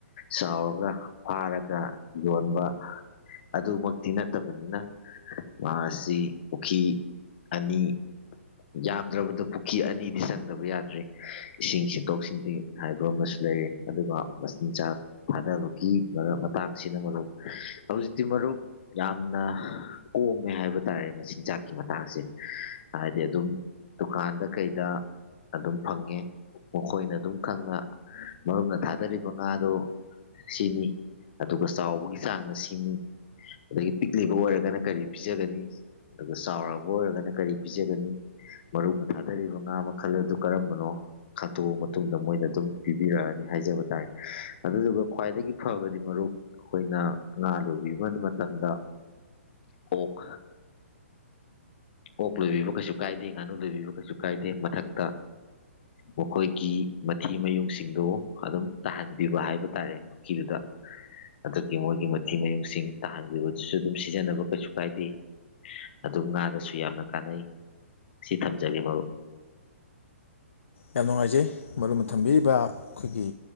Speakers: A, on the left; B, on the left.
A: ꯆꯥꯎꯔ ꯔꯒ ꯐꯥꯔꯒ ꯌꯣꯟꯕ ꯑꯗꯨꯃꯛꯇꯤ ꯅꯠꯇꯕꯅꯤꯅ ꯃꯥ ꯑꯁꯤ ꯄꯨꯈ꯭ꯔꯤ ꯑꯅꯤ ꯌꯥꯝꯗ꯭ꯔꯕꯗ ꯄꯨꯈ꯭ꯔꯤ ꯑꯅꯤꯗꯤ ꯆꯪꯗꯕ ꯌꯥꯗ꯭ꯔꯦ ꯏꯁꯤꯡ ꯁꯤꯠꯇꯣꯛ ꯁꯤꯟꯇ ꯍꯥꯏꯕ ꯑꯃꯁꯨ ꯂꯩꯔꯦ ꯑꯗꯨꯒ ꯃꯆꯤꯟꯖꯥꯛ ꯊꯥꯗꯕ ꯒꯤ ꯃꯔꯛ ꯃꯇꯥꯡꯁꯤꯅ ꯃꯔꯨꯞ ꯍꯧꯖꯤꯛꯇꯤ ꯃꯔꯨꯞ ꯌꯥꯝꯅ ꯀꯣꯝꯃꯦ ꯍꯥꯏꯕ ꯇꯥꯔꯦ ꯃꯆꯤꯟꯖꯥꯛꯀꯤ ꯃꯇꯥꯡꯁꯦ ꯍꯥꯏꯗꯤ ꯑꯗꯨꯝ ꯗꯨꯀꯥꯟꯗ ꯀꯩꯗ ꯑꯗꯨꯝ ꯐꯪꯉꯦ ꯃꯈꯣꯏꯅ ꯑꯗꯨꯝ ꯈꯪꯅ ꯃꯔꯨꯞꯅ ꯊꯥꯗꯔꯤꯕ ꯉꯥꯗꯣ ꯁꯤꯅꯤ ꯑꯗꯨꯒ ꯆꯥꯎꯕꯒꯤ ꯆꯥꯡꯅ ꯁꯤꯅꯤ ꯑꯗꯒꯤ ꯄꯤꯛꯂꯤꯕ ꯑꯣꯏꯔꯒꯅ ꯀꯔꯤ ꯄꯤꯖꯒꯅꯤ ꯑꯗꯨꯒ ꯆꯥꯎꯔꯕ ꯑꯣꯏꯔꯒꯅ ꯀꯔꯤ ꯄꯤꯖꯒꯅꯤ ꯃꯔꯨꯞꯅ ꯊꯥꯗꯔꯤꯕ ꯉꯥ ꯃꯈꯜ ꯑꯗꯨ ꯀꯔꯝꯕꯅꯣ ꯈꯟꯇꯣꯛꯑ ꯃꯇꯨꯡꯗ ꯃꯣꯏꯅ ꯑꯗꯨꯝ ꯄꯤꯕꯤꯔꯛꯑꯅꯤ ꯍꯥꯏꯖꯕ ꯇꯥꯔꯦ ꯑꯗꯨꯗꯨꯒ ꯈ꯭ꯋꯥꯏꯗꯒꯤ ꯐꯕꯗꯤ ꯃꯔꯨꯞ ꯑꯩꯈꯣꯏꯅ ꯉꯥ ꯂꯣꯏꯕꯤ ꯃꯇꯝꯗ ꯑꫭꯛ ꯑꯣꯛ ꯂꯣꯏꯕꯤꯕ ꯀꯩꯁꯨ ꯀꯥꯏꯗꯦ ꯉꯥꯅꯨ ꯂꯣꯏꯕꯤꯕ ꯀꯩꯁꯨ ꯀꯥꯏꯗꯦ ꯃꯊꯛꯇ ꯃꯈꯣꯏꯒꯤ ꯃꯊꯤ ꯃꯌꯨꯡꯁꯤꯡꯗꯣ ꯑꯗꯨꯝ ꯇꯥꯍꯟꯕꯤꯕ ꯍꯥꯏꯕ ꯇꯥꯔꯦ ꯄꯨꯈꯤ--ꯗꯨꯗ ꯑꯗꯨꯒꯤ ꯃꯣꯏꯒꯤ ꯃꯊꯤ ꯃꯌꯨꯡꯁꯤꯡ ꯇꯥꯍꯟꯕꯤꯕꯗꯨꯁꯨ ꯑꯗꯨꯝ ꯁꯤꯖꯤꯟꯅꯕ ꯀꯩꯁꯨ ꯀꯥꯏꯗꯦ ꯑꯗꯨ ꯉꯥꯗꯁꯨ ꯁꯨ ꯌꯥꯝꯅ ꯀꯥꯟꯅꯩ ꯁꯤ ꯊꯝꯖꯒꯦ ꯃꯔꯨꯞ꯫
B: ꯌꯥꯝ ꯅꯨꯡꯉꯥꯏꯖꯩ ꯃꯔꯅ ꯊꯝꯕꯤꯔꯤꯕ ꯑꯩꯈꯣꯏꯒꯤ